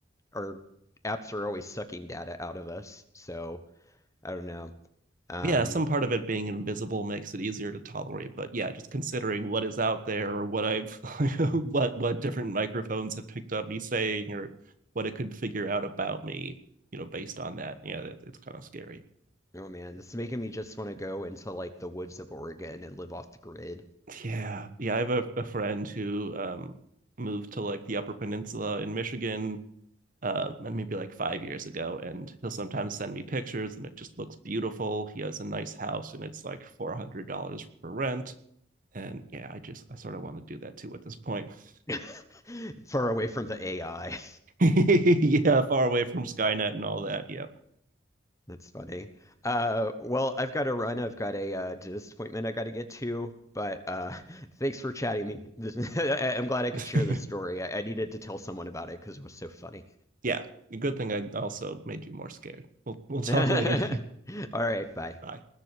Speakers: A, on the left; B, on the right.
A: our apps are always sucking data out of us. So, I don't know. Um,
B: yeah. Some part of it being invisible makes it easier to tolerate, but yeah, just considering what is out there or what I've <laughs> what what different microphones have picked up me saying or what it could figure out about me, you know, based on that. Yeah, that, it's kind of scary.
A: oh man, this is making me just want to go into like the woods of Oregon and live off the grid,
B: Yeah. Yeah, I have a, a friend who um moved to like the Upper Peninsula in Michigan uh maybe like five years ago, and he'll sometimes send me pictures and it just looks beautiful. He has a nice house and it's like four hundred dollars for rent. And yeah, I just I sort of want to do that too at this point. <laughs>
A: <laughs> far away from the AI.
B: Yeah, far away from Skynet and all that. Yeah.
A: That's funny. Uh, well, I've got to run. I've got a uh, dentist appointment I got to get to. But uh, <laughs> thanks for chatting me. This, <laughs> I, I'm glad I
B: <laughs>
A: could share this story. I, I needed to tell someone about it because it was so funny.
B: Yeah. Good thing I also made you more scared. We'll
A: <laughs>
B: we'll talk
A: All
B: later.
A: right, bye.
B: <laughs> Bye.